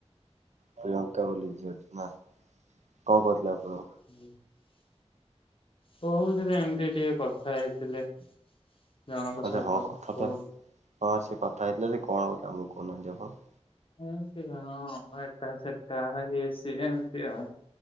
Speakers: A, on the right (about 80°); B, on the left (about 50°).
A: ପ୍ରିୟଙ୍କା ବୋଲି ଝିଅ ଟେ ନା କଣ କହୁଥିଲେ ଆପଣଙ୍କୁ?
B: <inaudible> କହୁଥିଲା ଏମତି ଟିକେ କଥା ହେଇଥିଲେ। ଜଣଙ୍କ
A: ଆଛା
B: ସହିତ
A: ହଁ କଥା
B: ବହୁତ
A: ତ ହଁ ସେ କଥା ହେଇଥିଲା। କଣ କଥା ଆମକୁ କହୁନାହାନ୍ତି ଆପଣ?
B: ଏମିତି ହ ଏଟା ସେଟା ଏସି ଏମତି ଆଉ।